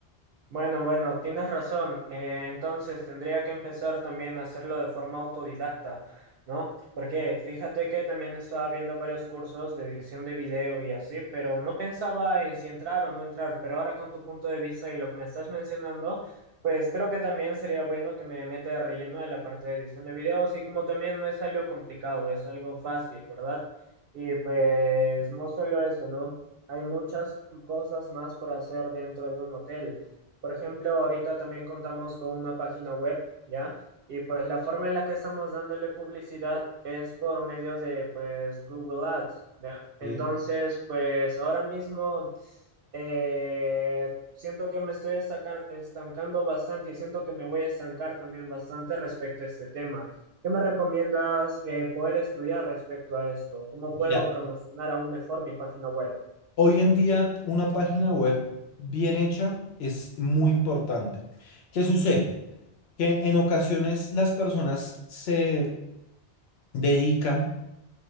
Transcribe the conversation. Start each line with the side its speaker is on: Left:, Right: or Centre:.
Right: Bueno, bueno, tienes razón. Eh, entonces tendría que empezar también a hacerlo de forma autodidacta, ¿no? Porque fíjate que también estaba viendo varios cursos de edición de video y así, pero no pensaba en si entrar o no entrar. Pero ahora con tu punto de vista y lo que me estás mencionando, pues creo que también sería bueno que me meta de relleno en la parte de edición de videos y como también no es algo complicado, es algo fácil, ¿verdad? Y pues no solo eso, ¿no? Hay muchas cosas más por hacer dentro de un hotel. Por ejemplo, ahorita también contamos con una página web, ¿ya? Y pues la forma en la que estamos dándole publicidad es por medio de pues Google Ads, ¿ya? Entonces,
Left: Sí.
Right: pues ahora mismo eh, siento que me estoy estaca- estancando bastante y siento que me voy a estancar también bastante respecto a este tema. ¿Qué me recomiendas eh, poder estudiar respecto a esto? ¿Cómo
Left: Mira,
Right: puedo promocionar aún mejor mi página web?
Left: hoy en día una página web bien hecha es muy importante. ¿Qué sucede? Que en ocasiones las personas se dedican